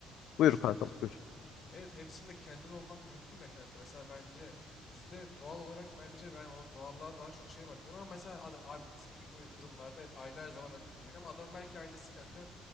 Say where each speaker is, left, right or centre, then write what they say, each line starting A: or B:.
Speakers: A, on the left; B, on the left.
A: Buyur
B: Şöyle
A: kankam
B: diyeceğim
A: buyur.
B: kanka. Evet hepsinde kendin olmak mümkün de kanka. Mesela bence bizde doğal olarak bence ben o doğallığa daha çok şeye bakıyorum ama mesela ad- abi bizim gibi durumlarda evet aile her zaman önde olacak ama adam belki ailesi kanka